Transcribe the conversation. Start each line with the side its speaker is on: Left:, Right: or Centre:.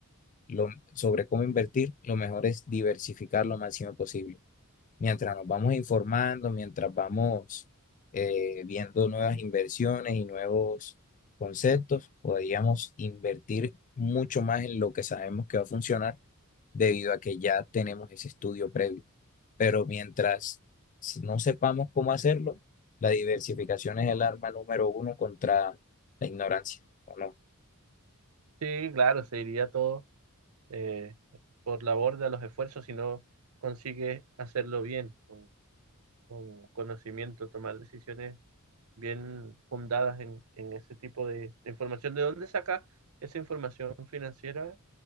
Left: lo- sobre cómo invertir, lo mejor es diversificar lo máximo posible. mientras nos vamos informando, mientras vamos eh, viendo nuevas inversiones y nuevos conceptos, podríamos invertir mucho más en lo que sabemos que va a funcionar debido a que ya tenemos ese estudio previo. Pero mientras s- no sepamos cómo hacerlo, la diversificación es el arma número uno contra la ignorancia, ¿o no?
Right: sí, claro, se iría todo eh, por la borda los esfuerzos si no consigues hacerlo bien, con, con conocimiento, tomar decisiones bien fundadas en, en ese tipo de, de información. ¿De dónde sacas esa información financiera?